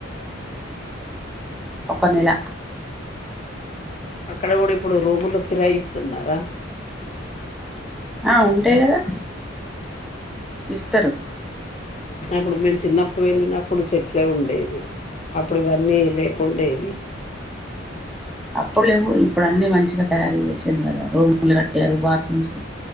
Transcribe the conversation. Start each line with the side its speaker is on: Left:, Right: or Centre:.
Centre: ఒక్క నెల
Left: అక్కడ కూడా ఇప్పుడు రూములూ కిరాయిస్తున్నారా
Centre: ఆ ఉంటాయి కదా ఇస్తరు
Left: అప్పుడు మేము చిన్నప్పుడు వెళ్ళినప్పుడు చెట్లే ఉండేది అప్పుడు ఇవన్నీ లేకుండేది
Centre: అప్పుడు లెవ్వు వ ఇప్పుడు అన్ని మంచిగా తయారు చేసింరు కదా రూములు కట్టారు బాత్రూమ్స్